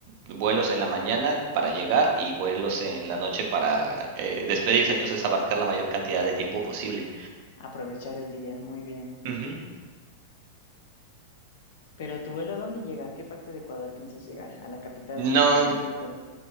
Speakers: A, on the right; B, on the left.
A: vuelos en la mañana para llegar y vuelos en la noche para eh, despedirse, entonces abarcar la mayor cantidad de tiempo posible.
B: Aprovechar el día, muy bien.
A: Uh -huh.
B: Pero tu vuelo, ¿a dónde llega? ¿A qué parte de Ecuador piensas llegar? A la capital,
A: No,
B: supongo, a Quito.